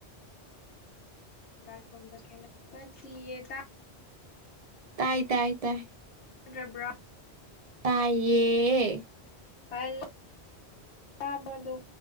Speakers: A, on the left (about 80°); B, on the right (about 50°).
A: ꯂꯥꯏꯅꯦꯅꯥꯏ ꯈꯣꯗ ꯇꯤꯌꯦ ꯇ
B: ꯇꯥꯏ ꯇꯥꯏ ꯇꯥꯏ
A: ꯌꯥꯗ꯭ꯔꯕ꯭ꯔꯥ
B: ꯇꯌꯦ
A: ꯍꯂꯣ ꯁꯥꯕꯗꯣ